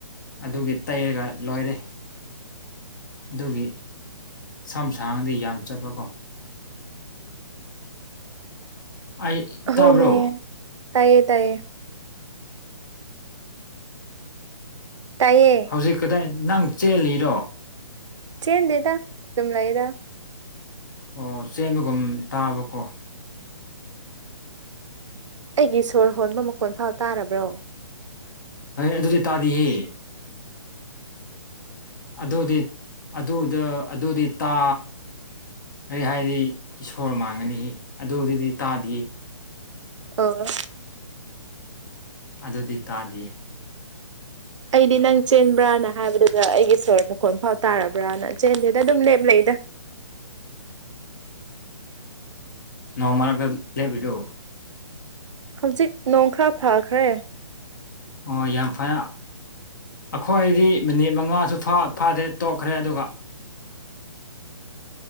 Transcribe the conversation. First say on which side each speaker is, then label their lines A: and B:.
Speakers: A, on the left; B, on the right.
A: ꯑꯗꯨꯒꯤ ꯇꯩꯔꯒ ꯂꯣꯏꯔꯦ ꯑꯗꯨꯒꯤ ꯁꯝ ꯁꯥꯡꯑꯗꯤ ꯌꯥꯝ ꯆꯠꯄꯀꯣ ꯑꯩ
B: ꯍꯣꯢꯅꯦ
A: ꯇꯥꯕ꯭ꯔꯣ
B: ꯇꯌꯦ ꯇꯥꯏꯌꯦ ꯇꯌꯦ
A: ꯍꯧꯖꯤꯛ ꯀꯗꯥꯏ ꯅꯪ ꯆꯦꯜꯂꯤꯔꯣ
B: ꯆꯦꯟꯗꯦꯗ ꯑꯗꯨꯝ ꯂꯩꯌꯦꯗ
A: ꯑꯣ ꯆꯦꯟꯕꯒꯨꯝ ꯇꯥꯕꯀꯣ
B: ꯑꯩꯒꯤ ꯁꯣꯔ ꯍꯣꯟꯕ ꯃꯈꯣꯟ ꯐꯥꯎ ꯇꯥꯔꯕ꯭ꯔꯣ
A: <unintelligible> ꯑꯗꯨꯗꯤ ꯇꯥꯗꯦꯍꯦ ꯑꯗꯨꯗꯤ ꯑꯗꯨꯗ ꯑꯗꯨꯗꯤ ꯇꯥ ꯀꯔꯤ ꯍꯥꯏꯗꯤ ꯏꯁꯣꯔ ꯃꯥꯡꯒꯅꯤ ꯑꯗꯨꯗꯨꯗꯤ ꯇꯥꯗꯤꯌꯦ
B: ꯑꯣ
A: ꯑꯗꯨꯗꯤ ꯇꯥꯗꯤꯌꯦ
B: ꯑꯩꯗꯤ ꯅꯪ ꯆꯦꯟꯕ꯭ꯔꯅ ꯍꯥꯏꯕꯗꯨꯗ ꯑꯩꯒꯤ ꯏꯁꯣꯔ ꯃꯈꯣꯟꯜ ꯐꯥꯎ ꯇꯥꯔꯕ꯭ꯔꯥꯅ ꯆꯦꯟꯗꯦꯗ ꯑꯗꯨꯝ ꯂꯦꯞ ꯂꯩꯗ
A: ꯅꯣꯡꯃꯔꯛꯗ ꯂꯦꯞꯔꯤꯗꯨ
B: ꯍꯧꯖꯤꯛ ꯅꯣꯡ ꯈꯔ ꯐꯥꯈ꯭ꯔꯦ
A: ꯑꯣ ꯌꯥꯝ ꯐꯅ ꯑꯩꯈꯣꯏꯗꯤ ꯃꯤꯅꯤꯠ ꯃꯉꯥꯁꯨ ꯐꯥꯗꯦ ꯇꯣꯛꯈ꯭ꯔꯦ ꯑꯗꯨꯒ